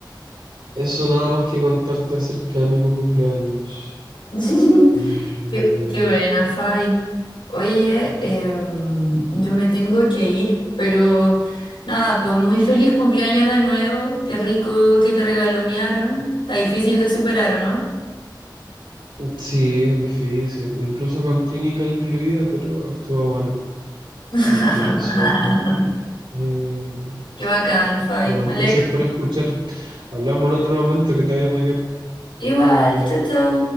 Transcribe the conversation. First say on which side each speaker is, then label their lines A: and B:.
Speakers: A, on the right; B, on the left.
A: Eso nada más que contarte acerca de mi cumpleaños.
B: <laughs>
A: Y...
B: Qué, qué buena, Fai. Oye, em, yo me tengo que ir, pero nada, pues muy feliz cumpleaños de nuevo. Qué rico que te regalonearon. Está difícil de superar, ¿o no?
A: Sí, es difícil. Incluso con clínica incluida, pero estuvo bueno.
B: <laughs>
A: Así que eso, pues. Eh,
B: Qué bacán, Fai.
A: bueno,
B: Me alegro.
A: gracias por escuchar. Hablamos en otro momento, que te vaya muy bien.
B: Igual, Chau, chau.